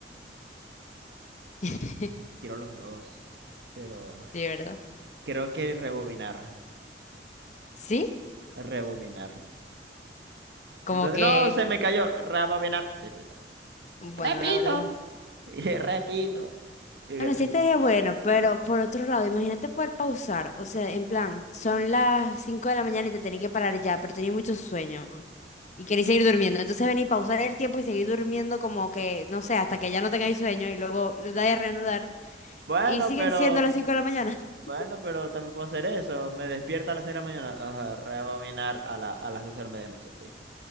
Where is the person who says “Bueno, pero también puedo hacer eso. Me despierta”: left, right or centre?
Right